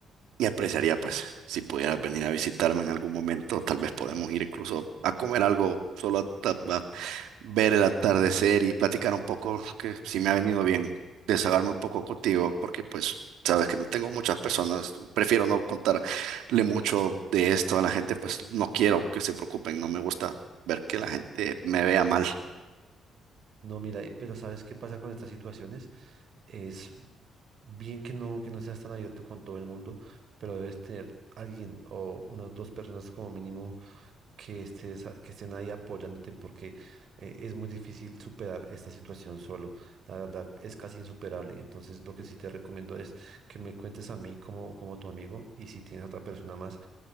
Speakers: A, on the right (about 85°); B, on the right (about 60°).
A: y apreciaría, pues, si pudieras venir a visitarme en algún momento, tal vez podemos ir incluso a comer algo, solo a, ta- a ver el atardecer y platicar un poco, que sí me ha venido bien desahogarme un poco contigo, porque pues sabes que no tengo muchas personas, prefiero no contarle mucho de esto a la gente, pues no quiero que se preocupen, no me gusta ver que la gente me vea mal.
B: No, mira, eh, pero ¿sabes qué pasa con estas situaciones? Es bien que no, que no seas tan abierto con todo el mundo, pero debes tener alguien o unas dos personas como mínimo que estés, a- que estén ahí apoyándote porque eh, es muy difícil superar esta situación solo. La verdad es casi insuperable. Entonces, lo que sí te recomiendo es que me cuentes a mí como, como tu amigo y si tienes a otra persona más,